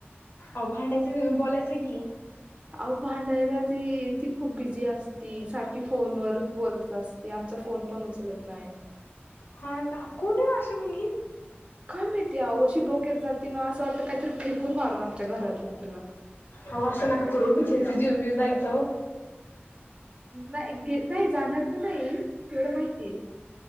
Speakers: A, on the left (about 60°); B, on the right (about 25°).
A: अ भांडायच बी बोलायचे की.
B: आहो भांडायला ती ती खूप बिझी असती सारखी फोनवरच बोलत असते आम... तुमचा फोन पण उचलत नाही.
A: हा का. कशी मुलगी.
B: काय माहिती आहो अशी डोक्यात जाते ना असं वाटतं काहीतरी फेकून मारू आमच्या घरातून तिला.
A: आहो असं ना का करू बिचारी च जी.... व्य जायचो ओ..
B: नाही गे नाही जाणार तर नाही एवढं माहितीय.